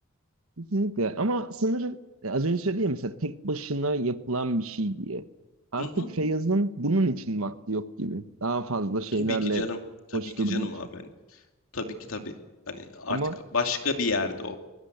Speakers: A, on the right; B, on the left.
A: Kesinlikle. Ama sanırım e, az önce söyledim ya mesela tek başına yapılan bir şey diye. Artık
B: Hı hı.
A: Feyyaz'ın bunun için vakti yok gibi. Daha fazla şeylerle
B: Tabii ki canım. Tabii
A: koşturduğu
B: ki canım
A: için.
B: abi. Hani, tabii ki tabii. Hani artık
A: Ama
B: başka bir yerde o.